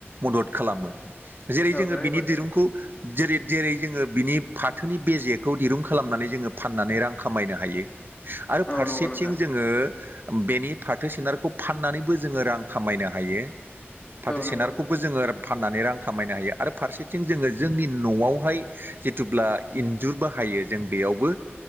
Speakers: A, on the right (about 55°); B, on the left (about 25°).
A: मदद खालामो जेरै
B: औ
A: जोङो
B: बिराद हेफाजाब
A: बिनि दिरुंखौ जेरै जेरै जोङो बिनि फाथोनि बेजेखौ दिरुं खालामनानै जोङो फाननानै रां खामायनो हायो। आरो
B: औ
A: फारसेथिं
B: नंगौ नोंथां
A: जोङो बेनि फाथो सोनारखौ फाननानैबो जोङो रां खामायनो हायो फाथो
B: औ
A: सोनारखौबो
B: नंगौ नोंथां
A: जोङो फाननानै रां खामायनो हायो आरो फारसेथिं जोङो जोंनि न'आवहाय जिथुब्ला इन्जुर बाहायो जों बेयावबो